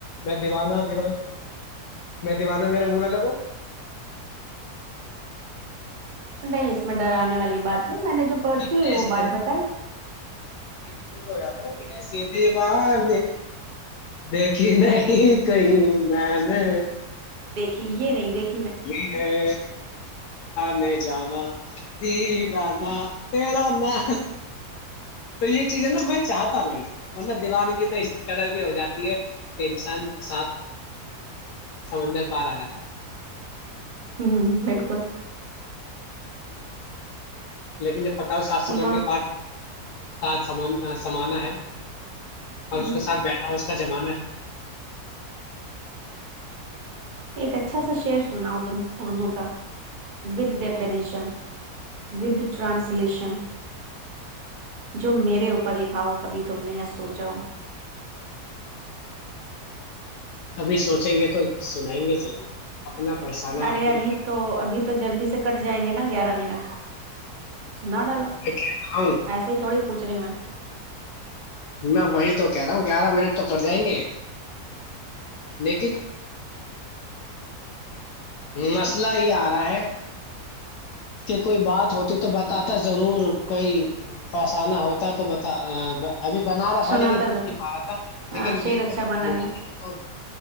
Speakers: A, on the left; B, on the right.
A: میں دیوانا دیانا میں دیوانہ میرا ملا لگو
B: نہیںس اس میں ڈراننے والی بات ہے میں نے جو
A: لیکن
B: پڑ تھی
A: ایسے
B: وہ بات بتائی
A: لیکن پھر وہ ج تھا نا ایسی دیوان دیکھیھی نہیں کہ کہیں میں نے
B: کہ یہ نہیں دیک
A: ٹھیک ہے میں جانا دی با تیرا میں تو یہ چیز ہے نا میں چاہتا نہیں ورن دیوانگی تو اس قدر بھی ہو جاتی ہے کہ انسان ساتھ سمندر پار آ جاتا ہے
B: ہوں بالکل
A: لیکن جب پتاؤ سات
B: سیما
A: سبند میں ساتھ سمان سمانا ہے اور
B: ہ
A: اس کے ساتھ بیٹھا اس کا زمانہ ہے
B: ایک اچھا سا شر سناؤ تم اردو کا وت ڈیفینیشن ودھ ٹرانسلیشن جو میرے اوپر لکھا ہو کبھی تم نے یا سوچا ہو
A: کبھی سوچیں گے تو سنائیں گے چلیں اپنا پہچانہ
B: ارے
A: آپ کو
B: ابھی
A: بت
B: تو ابھی تو جلدی سے کٹ جائیں گے نا گیارہ منٹ سنا ڈالو
A: بتا
B: ایسے ہی تھوڑی پوچھ رہی ہوں میں
A: میں وہی تو کہہ رہا ہوں گیارہ منٹ تو کر جائیں گے لیکن مسئلہ ہی آار <inaudible> کہ کوئی بات ہو <unintelligible> تو بتاتا ضرور کوئی پسانا ہوتا تو بتا <unintelligible> <unintelligible> رہا
B: سناتا
A: تھا لیکن بن
B: ضرور
A: نہیں پا رہا تھا
B: ہاں
A: لیکن
B: شیر
A: بیچ
B: اچھا
A: میں تھوڑا
B: بنانے
A: ہ